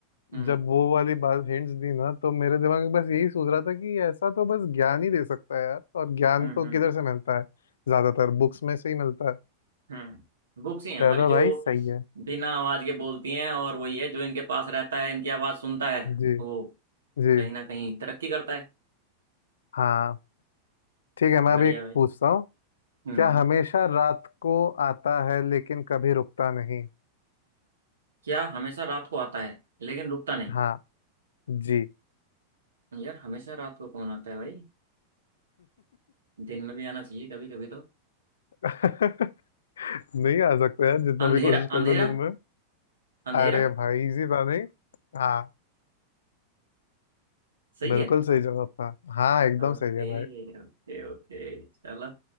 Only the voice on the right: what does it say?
हम्म
हम्म
हम्म
हम्म बुक्स ही हैं हमारी
जो
बिना आवाज के बोलती हैं और वही है जो इनके पास रहता है इनकी आवाज सुनता है
वो
कहीं ना कहीं तरक्की करता है
बढ़िया
भाई
हम्म
क्या हमेशा रात को आता है लेकिन रुकता नहीं
यार हमेशा रात को कौन आता है भाई दिन में भी आना चाहिए कभी कभी तो
अंधेरा
अंधेरा
अंधेरा
सही
है
ओके
Okay okay चलो